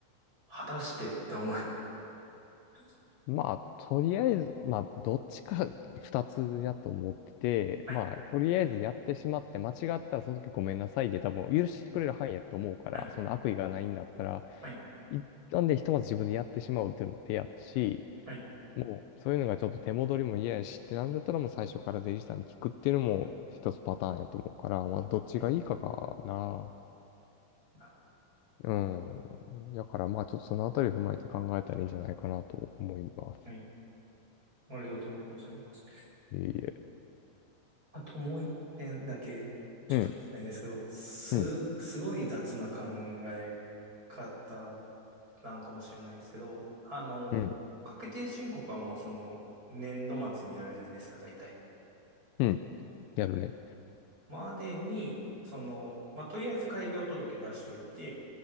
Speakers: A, on the right; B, on the left.
A: 果たしてと思う。<laughs>
B: まあ、とりあえず、まあ、どっちか <laughs> 二つやと思ってて、
A: はい、
B: まあ、とりあえずやってしまって、間違ったらその時ごめんなさいで多分許してくれる範囲やと思うから、
A: はい、
B: その悪意がないんだったら、
A: はい、
B: 一旦でひとまず自分でやってしまうっていうのも手やし、
A: はい、
B: もう、そういうのがちょっと手戻りも嫌やしってなるんだったら、もう最初から税理士さんに聞くっていうのも一つパターンやと思うから、まあ、どっちがいいかかな。
A: はい、あ
B: うん。だからまあちょっとそのあたり踏まえて考えたらいいんじゃないかなと思います。
A: はい、ありがとうございます。
B: いえいえ。
A: あともう一点だけちょっと聞きたいんですけど、
B: うん、
A: す、
B: うん、
A: すごい雑な考え方なんかもしれないんですけど、あの、
B: うん、
A: 確定申告はもうその年度末にやるじゃないですか、大体。
B: うん。やるね。
A: までに、その、まあ、とりあえず開業届出しといて、